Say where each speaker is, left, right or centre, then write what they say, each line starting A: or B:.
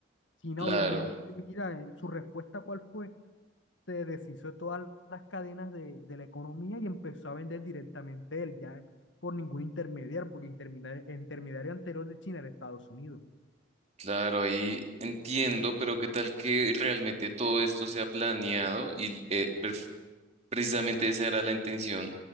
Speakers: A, on the left; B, on the right.
A: China,
B: Claro,
A: obviamente, mira, eh, su respuesta, ¿cuál fue? Se deshizo de todas las cadenas de, de la economía y empezó a vender directamente él, ya por ningún intermediario, porque intermediario, intermediario anterior de China era Estados Unidos.
B: claro, ahí entiendo, pero ¿qué tal que realmente todo esto sea planeado? Y eh, perf- precisamente esa era la intención